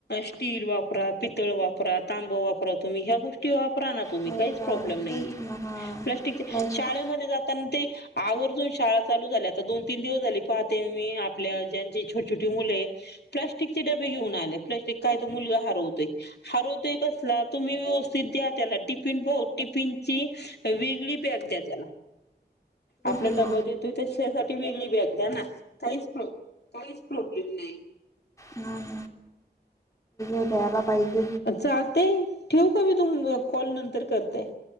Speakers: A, on the left; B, on the left.
A: स्टील वापरा पित पितळ वापरा तांब वापरा तुम्ही ह्या गोष्टी वाप परा ना तुम्ही
B: वापरा
A: काहीच प्रॉब्लेम नाहिये
B: तेच ना हा.
A: प्लास्टिकचे
B: तेच
A: शाळेमध्ये जाताना ते आवर्जून शाळा चालु झाल्यात आता दोन तीन दिवस झाले पाहते मी आपल्या ज्यांचे छोटछोटे मुल आहे प्लास्टिकचे डबे घेवुन आले प्लास्टिक काय तर हरवतोय हरवतोय कसला तुम्ही व्यवस्थित द्या त्याला टिफिन टिफिन हो टिफिनची वेगळी बॅग द्या त्याला आपल
B: ना
A: डब देतोय ते शेजार ती वेगळी बॅग द्या ना काहीच काहीच प्रॉब्लेम नाही
B: हम तेला पाहिक <unintelligible>
A: चालतय ठेवु काय मी तुम कॉल नंतर करते